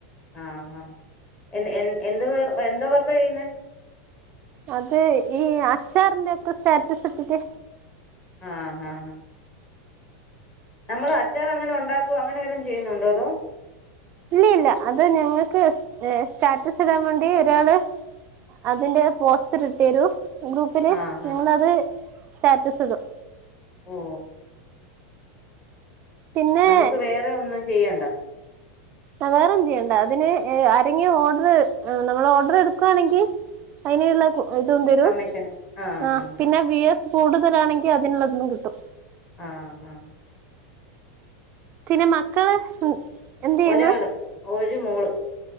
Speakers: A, on the left (about 25°); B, on the right (about 35°).
A: ആഹാ എ എന്ത് എന്താ വർക്ക് ചെയ്യുന്നേ?
B: അത് ഈ അച്ചാറിന്റെ ഒക്കെ സ്റ്റാറ്റസ് ഇട്ടിട്ട്
A: ആഹ് ആഹ് ആഹ്. നമ്മൾ അച്ചാർ അങ്ങനെ ഉണ്ടാക്കുവ അങ്ങനെ വല്ലും ചെയ്യുന്നുണ്ടോ അതോ?
B: ഇല്ല ഇല്ല അത് ഞങ്ങൾക്ക് സ്റ്റാറ്റസ് ഇടാൻ വേണ്ടി ഒരാള് അതിന്റെ പോസ്റ്റർ ഇട്ടരു ഗ്രൂപ്പില്
A: ആഹ്
B: ഞങ്ങളത്
A: ആഹ്
B: സ്റ്റാറ്റസ് ഇടും.
A: ഓ.
B: പിന്നെ
A: നമുക്ക് വേറെ ഒന്നും ചെയ്യണ്ട.
B: ആ വേറെന്ത് ചെയ്യണ്ട അതിന് ആരെങ്കിലും ഓർഡർ നമ്മള് ഓർഡർ എടുക്കുവാണെങ്കിൽ അതിനുള്ള കു ഇതും തരും
A: കമ്മീഷൻ ആഹ്
B: ആ
A: ആഹ്
B: പിന്നെ വ്യൂവേഴ്സ് കൂടുതലാണെങ്കിൽ അതിനുള്ളതിനും കിട്ടും.
A: ആഹ് ഹാ.
B: പിന്നെ മക്കള് എന്ത് ചെയ്യുന്നു?
A: ഒരാള് ഒരു മോള്